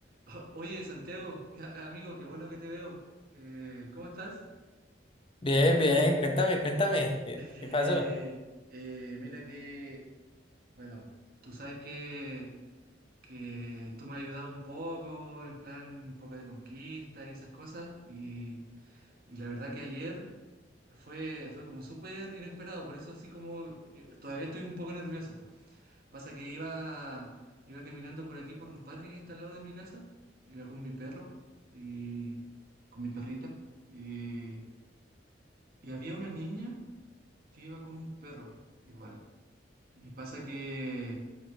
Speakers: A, on the right; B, on the left.
A: O- Oye, Santiago, <laughs> a- amigo, qué bueno que te veo. Eh, ¿cómo estás?
B: Bien, bien, cuéntame, cuéntame,
A: <laughs>
B: ¿qué,
A: Eh,
B: qué pasó?
A: eh, mira que, bueno, tú sabes que, que tú me has ayudado un poco, en plan un poco de conquista y esas cosas, y, y la verdad que ayer fue, fue como súper inesperado, por eso así como eh, todavía estoy un poco nervioso. Pasa que iba, iba caminando por aquí, por un parque que está al lado de mi casa. Iba con mi perro y con mi perrita. Y, y había una niña que iba con un perro igual. Y pasa que